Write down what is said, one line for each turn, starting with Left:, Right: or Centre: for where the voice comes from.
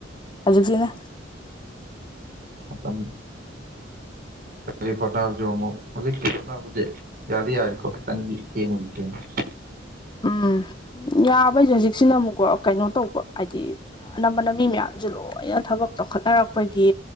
Left: ꯍꯧꯖꯤꯀꯁꯤꯅꯥ
Right: ꯍꯄꯝ ꯑꯗꯩ ꯍꯣꯠꯅꯕꯁꯦ ꯑꯃꯨꯛ ꯍꯧꯖꯤꯛꯇꯤ ꯍꯣꯠꯅꯕꯁꯦ ꯌꯥꯗꯤ ꯌꯥꯔꯤꯀꯣ ꯈꯤꯇꯪꯗꯤ ꯊꯦꯡꯗꯤ ꯊꯦꯡꯉꯦ
Left: ꯎꯝ ꯌꯥꯕꯩꯁꯨ ꯍꯧꯖꯤꯛꯁꯤꯅ ꯑꯃꯨꯛꯀꯣ ꯀꯩꯅꯣ ꯇꯧꯕ ꯍꯥꯏꯗꯤ ꯑꯅꯝꯕꯅ ꯃꯤ ꯃꯌꯥꯝꯁꯨ ꯂꯣꯏꯅ ꯊꯕꯛ ꯆꯥꯎꯈꯠꯅꯔꯛꯄꯒꯤ